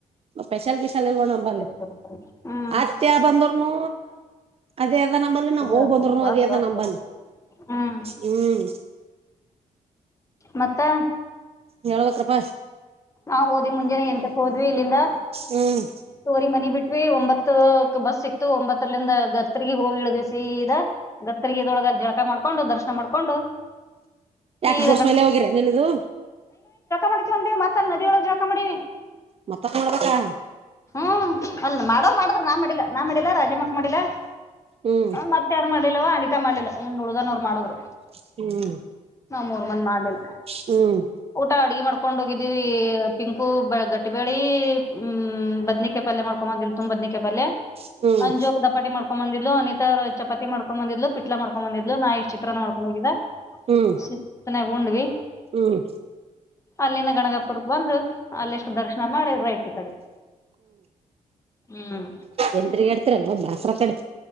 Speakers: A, on the right (about 45°); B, on the left (about 20°).
A: ಸ್ಪೆಷಲ್ ಗಿಶಾಲ್ ಇಲ್ಲ ನೋಡು ನಮ್ಮಲ್ಲಿ
B: ಸರಿ ಸರಿ ಹ್ಮ್
A: ಅತ್ತೆ ಬಂದ್ರನು ಅದೇ ಆದ ನಂಬಲ್ಲ ನಮ್ಮ
B: ಸರಿ
A: ಅವ್ವ ಬಂದ್ರುನು
B: ಸರಿ ಸಾಕ್
A: ಅದೇ ಆದ
B: ಸಾಕ್
A: ನಂಬಲ್ಲಿ
B: ಸಾಕ್ ಹ್ಮ್
A: ಹ್ಮ್
B: ಮತ್ತೆ
A: ಹೇಳ್ಬೇಕ್ರಪ್ಪಾ
B: ನಾವ್ ಹೋದ್ವಿ ಮುಂಜಾನೆ ಎಂಟಕ್ ಹೋದ್ವಿ ಇಲ್ಲಿಂದ
A: ಹ್ಮ್
B: ತೋರಿ ಮನಿ ಬಿಟ್ವಿ ಒಂಬತ್ತು ಬಸ್ ಸಿಕ್ತು ಒಂಬತ್ತಲ್ಲಿಂದ ಗತ್ತರಿಗೆ ಹೋಗಿ ಇಳ್ದಿವ ಸೀದ ಗತ್ತಗ ಇದೊಳಗ ಜಳಕ ಮಾಡ ಕೊಂಡು ದರ್ಶನ ಮಾಡ್ಕೊಂಡು ಸೀದಾ
A: ಯಾಕೆ ಬಸ್ ಮೇಲೆ ಹೋಗಿರಾನಿಲ್ಲದು
B: ಮಾಡ್ತೀವನ್ ಮತ್ತತ್ ನದ ಒಳಗ್ ಜಾ ಮಾಡೀ
A: ಮತ್ತಕ್ ನೋಡ್ಬೇಕಾ
B: ಹ್ಮ್ ಅಲ್ಲ ಮಾಡ್ ಮಾಡಿದ್ರ ನಾನ್ ಮಾಡಿಲ್ಲ ನಾ ಮಾಡ ರಾಜಮ್ಮಕ್ ಮಾಡಿಲ್ಲ
A: ಹ್ಮ್
B: ಮತ್ತ ಯಾರು ಮಾಡಿಲ್ಲವ ಅನಿತಾ ಮಾಡಿಲ್ಲ ಹಂದ್ ಹುಡುಗನವರ್ ಮಾಡೋವ್ರು
A: ಹ್ಮ್
B: ನಾಮೂರ್ ಮಂದ ಮಾಡಲಿಲ್ಲ
A: ಹ್ಮ್
B: ಊಟ ಅಡ್ಗೆ ಮಾಡ್ಕೊಂಡ ಹೋಗಿದ್ದ ಪಿಂಕು ಗಟ್ಟಿಬಳಿ ಹ್ಮ್ ಬದ್ನಿಕ ಪಲ್ ಮಾಡ್ಕೊಂಡ್ ಬಂದಿಲ್ಲ ತುಂಬ ಬದ್ನಿಕ ಪಲ್ಅಂಜೋಗ
A: ಹ್ಮ್ ಹ್ಮ್
B: ದಪಾ ಮಾಡಕೊಂಡ್ ಬಂದಿಿಲ್ಲ ಅನಿತಾ ಚಪಾತಿ ಮಾಡ್ಡ ಮಾಡ್ಕೊಂಡ ಬಂದಿದ್ಲು ಪಿಟ್ಲ ಮಾಡ್ಕೊಂಡ ಬಂದಿದ್ ನಾಷ್ಟ ಚಿತ್ರನ ಮಾಡ್ಕೊಂಡುಗಿದ್ದಾ
A: ಹ್ಮ್
B: ಶತ್ತನಾಗ ಉಂಡ್ವಿ
A: ಹ್ಮ್
B: ಅಲ್ಲಿಂದ ಗನಗಾಪುರಕ್ ಬಂದು ಅಲ್ಲಿಷ್ಟ ದರ್ಶನ ಮಾಡ್ಯ ರೈಟ್ ಈ ಕಡೆ ಹ್ಮ್
A: ಎಂತ್ರಿಗಾಡ್ತ ಬಸ್ತ್ರ ಕಡೆ